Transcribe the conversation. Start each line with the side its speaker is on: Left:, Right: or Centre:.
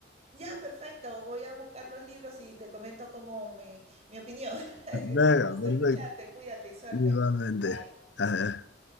Right: Ya, perfecto, voy a buscar los libros y te comento como mi, mi opinión. <laughs>
Left: Venga,
Right: Un gusto
Left: perfecto.
Right: escucharte, cuídate y suerte.
Left: Igualmente.
Right: Bye.
Left: <laughs>